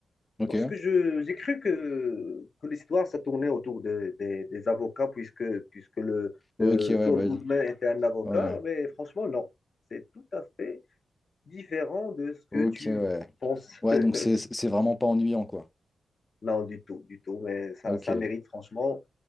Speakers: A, on the left; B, on the left.
A: Ok,
B: parce que je, j'ai cru que, que l'histoire, ça tournait autour de- des des avocats, puisque, puisque le,
A: ok,
B: euh,
A: ouais,
B: Saul
A: bah
B: Goodman
A: oui.
B: était un avocat,
A: Ouais.
B: mais franchement, non. C'est tout à fait différent de ce
A: Ok,
B: que tu
A: ouais.
B: penses.
A: Ouais,
B: <laughs>
A: donc c'est c'est vraiment pas ennuyant, quoi.
B: non, du tout, du tout, mais ça,
A: Ok,
B: ça mérite franchement